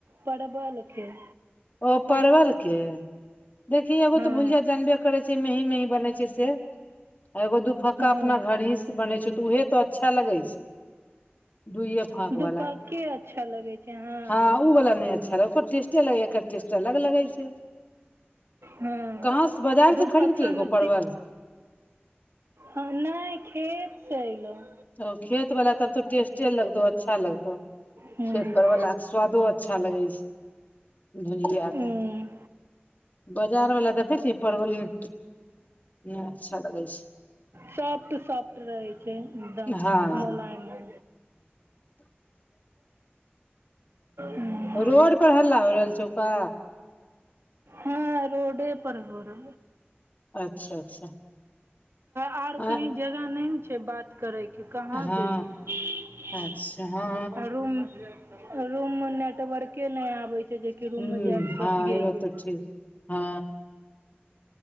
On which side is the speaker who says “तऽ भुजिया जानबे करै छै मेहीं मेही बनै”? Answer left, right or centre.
Left